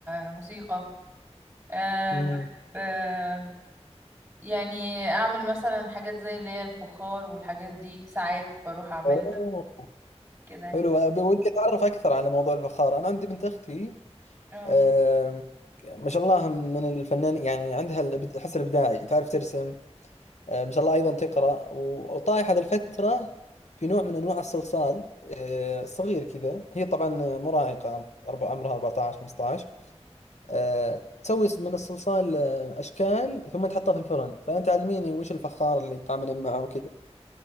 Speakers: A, on the right; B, on the left.
A: آه، موسيقى أه
B: امم
A: بحب أه يعني اعمل مثلا حاجات زي اللي هي الفخار والحاجات دي ساعات بروح اعملها
B: اوه
A: كده يعني
B: حلو انا ودي اتعرف اكثر على موضوع الفخار انا عندي بنت اختي
A: اه
B: آم، ما شاء الله من الفنان يعني عندها الإب- الحس الابداعي تعرف ترسم آه، ما شاء الله ايضا تقرا و- وطايحه هذه الفتره في نوع من انواع الصلصال آه، صغير كذا هي طبعا مراهقه أربع- عمرها 14 15 آه، تسوي من الصلصال آه، اشكال ثم تحطها في الفرن فانت علميني وش الفخار اللي تعاملين معه وكذا